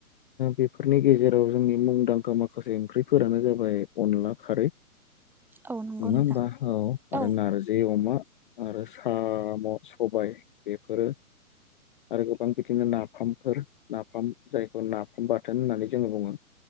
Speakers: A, on the left (about 35°); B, in the centre.
A: बेफोरनि गेजेराव जोंनि मुं मुंदांखा माखासे ओंख्रिफोरानो जाबाय -अनला खारै,
B: औ नंगौ
A: नंङा
B: नोंथां
A: होमबा? ओ आरो
B: औ
A: नारजि अमा। आरो साम' सबाय बेफोरो आरो गोबां बिदिनो नाफामफोर, नाफाम जायखौ नाफाम बाथोन होननानै जोङो बुंङो।